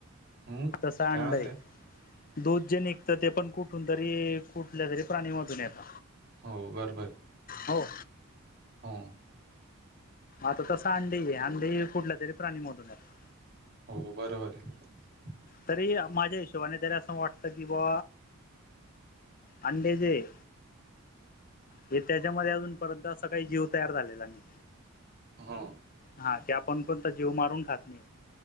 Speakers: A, on the right; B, on the left.
A: हम्म
B: तसं अंड
A: काय म्हणताय
B: आहे. दूध जे निघत ते पण कुठून तरी कुठल्या तरी प्राणीमधून येत.
A: हो बरोबर.
B: हो.
A: हा.
B: आता तस अंडी आहे. अंडी कुठल्या तरी प्राणीमधून येतात.
A: हो बरोबर आहे.
B: तरी माझ्या हिशोबाने तरी असं वाटत कि बॉ अंडे जे आहे. हे त्याच्यामध्ये अजूनपर्यंत असा काही जीव तयार झालेला नाही.
A: हा.
B: हा की आपण कोणता जीव मारून खात नाही.